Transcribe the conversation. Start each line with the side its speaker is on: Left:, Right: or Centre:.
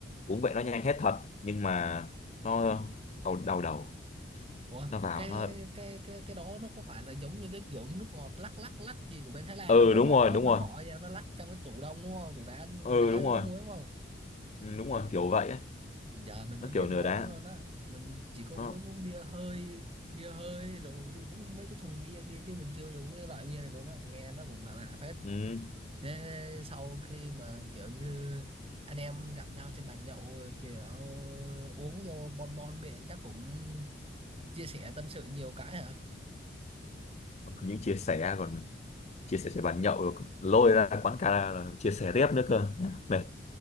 Left: uống vậy nó nhanh hết thật nhưng mà nó đầu đầu đầu
Right: ủa
Left: nó vào
Right: cái
Left: nó
Right: cái cái cái đó nó có phải là giống như cái kiểu nước ngọt lắc lắc lắc gì của bên Thái Lan
Left: ừ
Right: không nó
Left: đúng
Right: bỏ
Left: rồi đúng
Right: nó
Left: rồi
Right: bỏ vào nó lắc trong cái tủ đông đúng không tủ đá
Left: ừ
Right: đá
Left: đúng
Right: với
Left: rồi
Right: cái muối đúng không
Left: ừ, đúng rồi kiểu vậy ấy.
Right: giờ mình mới
Left: nó
Right: biết
Left: kiểu nửa
Right: món
Left: đá
Right: đó luôn á mình chỉ có
Left: nó
Right: uống, uống bia hơi bia hơi rồi mới uống mấy cái thùng bia kia chứ mình chưa bao giờ uống cái loại bia này luôn á nghe nó cũng là lạ lạ phết
Left: ừ.
Right: thế sau khi mà kiểu như anh em gặp nhau trên bàn nhậu kiểu uống vô bon bon miệng chắc cũng chia sẻ tâm sự nhiều cái hả
Left: những chia sẻ còn chia sẻ cho bàn nhậu rồi lôi ra quán karaoke là chia sẻ tiếp nữa cơ mệt